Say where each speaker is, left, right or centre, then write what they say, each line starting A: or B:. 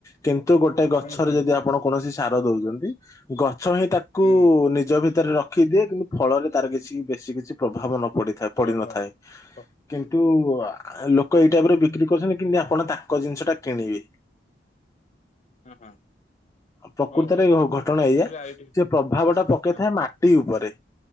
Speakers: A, on the left (about 15°); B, on the left (about 40°).
A: କିନ୍ତୁ ଗୋଟ୍ ଗୋଟେ ଗଛରେ
B: ହୁଁ
A: ଯଦି ଆପଣ କୌଣସି ସାର ଦଉଚନ୍ତି ଗଛ ହିଁ ତାକୁ
B: ହୁଁ
A: ନିତ୍ ଜ ଭିତରେ ରଖିଦିଏ କିନ୍ତୁ ଫଳରେ ତାର କିଛି ବେଶୀ କିଛି ପ୍ରଭାବ ନ ପଡେ। ପଡିିନଥାଏ
B: ଓହୋ ଓହୋ
A: କିନ୍ତୁ ଲୋକ ଲୋକ ଏଇ ଟାଇପ୍ ରେ ବିକ୍ରି କରୁଛନ୍ତି କିନ୍ତି ଆପଣ ତାଙ୍କ ଜିନିଷଟା କିଣିବେ।
B: ହଁ ହଁ। ହଁ ହଁ
A: ପ୍ରକୃତରେ
B: ହଉ ହଉ ହଉ
A: ଘଟଣା ଏୟା
B: ହେଲେ ଏଇଠି
A: ସେ ପ୍ରଭାବ ଟା ପକେଇଥାଏ
B: ହଁ
A: ମାଟି ଉପରେ